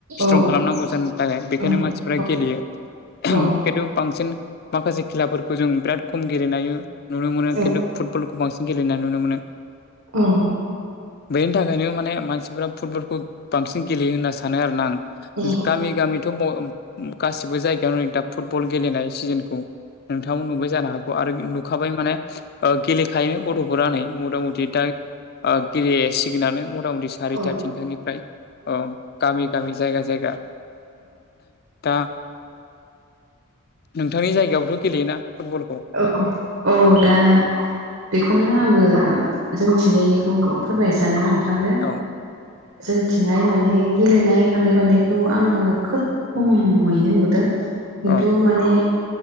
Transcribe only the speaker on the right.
औ
औ
औ
औ
औ
औ।
औ
औ
औ औ दा। बेखौनो आंबो जोंथिंजायनिखौ फोरमायनो सानो नोंथांनो।
जोंथिंहाय माने गेलेनाय खारनाय बारनायखौ आङो खोब खमैनो नुदों खिन्थु
माने